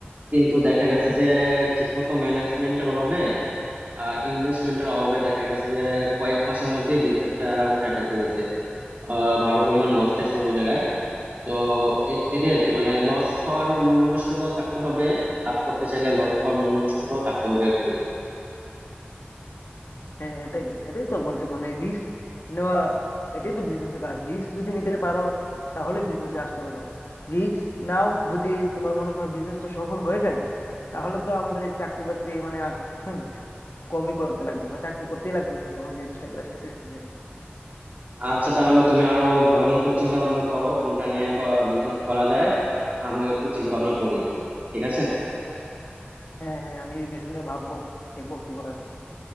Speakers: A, on the right (about 40°); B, on the left (about 65°).
A: কিন্তু দেখা গেছে যে ঠিকমতো ম্যানেজমেন্টের অভাবে আর ইনভেস্টমেন্টের অভাবে দেখা গেছে যে কয়েক মাসের মধ্যেই বিজনেসটা উঠায় ফেলতে হয়েছে আহ ভালো পরিমাণ লস খাইছিলাম ওই জায়গায় তো এ- এটাই আর কি মানে লস খাওয়ার মন মানসিকতাও থাকতে হবে লাভ করতে চাইলে লস খাওয়ার মন মানসিকতাও থাকতে হবে আর কি
B: হ্যাঁ এটাই এটাই তো বলছি মানে রিস্ক নেওয়া এটাই তো বিজনেসের কাজ রিস্ক যদি নিতে পারো তাহলে বিজনেসে আসতে পারো রিস্ক নাও যদি তোমার মনে হয় বিজনেসটা সফল হয়ে যায় তাহলে তো আমাদের এই চাকরি বাকরি মানে আর হুম কমই করতে লাগবে মানে চাকরি করতেই লাগবে না যখন বিজনেসটা একবার এস্টাবলিশ হয়ে যাবে
A: আচ্ছা তাহলে তুমি আরো ভালো মতো চিন্তা ভাবনা করো কোনটা নিয়ে বিজনেস করা যায় আমিও একটু চিন্তা ভাবনা করি ঠিক আছে
B: হ্যাঁ হ্যাঁ আমি এই বিষয় নিয়ে ভাববো দেখবো কি করা যায়